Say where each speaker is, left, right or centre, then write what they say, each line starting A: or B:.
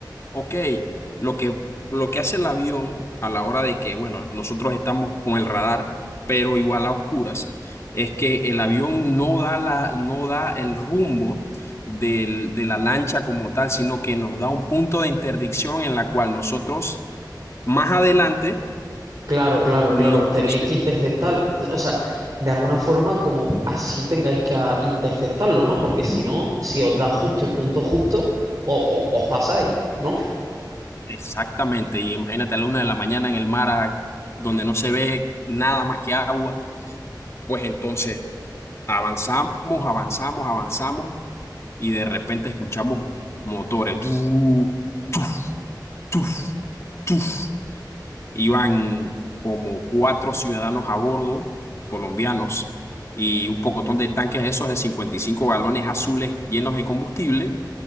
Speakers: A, on the left (about 35°); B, on the right (about 50°).
A: Ok, lo que, lo que hace el avión a la hora de que, bueno, nosotros estamos con el radar, pero igual a oscuras, es que el avión no da la, no da el rumbo del- de la lancha como tal, sino que nos da un punto de interdicción en la cual nosotros más adelante
B: Claro, claro,
A: nos
B: claro. Tenéis
A: crucemos
B: que interceptar,
A: con la lancha.
B: o sea, de alguna forma como así tengáis que a- interceptarlo, ¿no? Porque si no, si os da justo el punto justo, o- o- os pasáis, ¿no?
A: Exactamente, y imagínate a la una de la mañana en el mar a- donde no se ve nada más que agua, pues entonces avanzamos, avanzamos, avanzamos y de repente escuchamos motores. ¡Tuf! ¡Tuf! ¡Tuf! tuf! Iban como cuatro ciudadanos a bordo, colombianos, y un pocotón de tanques esos de cincuenta y cinco galones azules llenos de combustible.